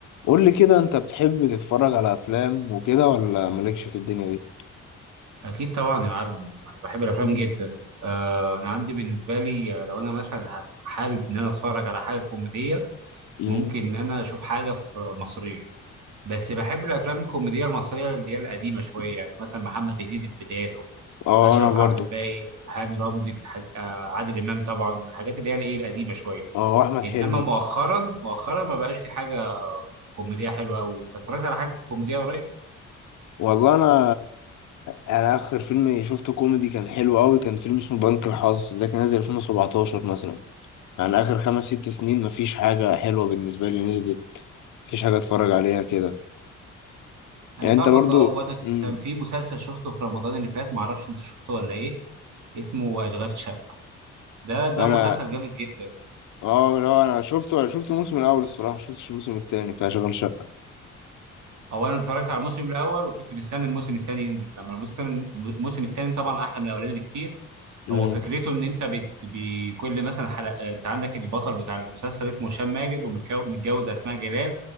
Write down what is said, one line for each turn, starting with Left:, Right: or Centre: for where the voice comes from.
Left: قول لي كده انت بتحب تتفرج على افلام وكده ولا مالكش في الدنيا دي
Right: أكيد طبعا يا معلم أنا بحب الأفلام
Left: مم.
Right: جدا آه، أنا عندي بالنسبة لي آه، لو أنا مثلا هت- حابب إن أنا أتفرج على حاجة كوميدية
Left: امم
Right: ممكن إن أنا أشوف حاجة في مصرية بس بحب الأفلام الكوميدية المصرية اللي هي القديمة شوية يعني مثلا محمد هنيدي في بداياته
Left: اه
Right: أشرف
Left: انا
Right: عبد
Left: برضو
Right: الباقي هاني رمزي بتح- آه، عادل إمام طبعا الحاجات اللي هي الإيه القديمة شوية
Left: اه احمد
Right: إنما
Left: حلمي
Right: مؤخرا مؤخرا ما بقاش في حاجة كوميدية حلوة أوي أنت اتفرجت على حاجة كوميدية قريب؟
Left: والله انا انا اخر فيلم شفته كوميدي كان حلو قوي كان فيلم اسمه بنك الحظ ده كان نازل 2017 مثلا يعني اخر خمس ست سنين مفيش حاجه حلوه بالنسبه لي نزلت مفيش حاجه اتفرج عليها كده
Right: انا
Left: يعني
Right: فاهمك
Left: انت برضو
Right: اه وانا
Left: امم
Right: كان في مسلسل شفته في رمضان اللي فات معرفش انت شفته ولا ايه اسمه اشغال شقه ده ده
Left: انا
Right: مسلسل جامد جدا
Left: اه لا انا شفته انا شفت الموسم الاول الصراحه شفتش الموسم التاني بتاع شغل شقه
Right: اولا اتفرجت على الموسم الاول وكنت مستني الموسم الثاني ينزل لما الموسم الموسم الثاني طبعا احلى من الاولاني بكتير
Left: امم
Right: هو فكرته ان انت بت- بكل مثلا حلقه آه، انت عندك البطل بتاع المسلسل اسمه هشام ماجد ومتجوز اسماء جلال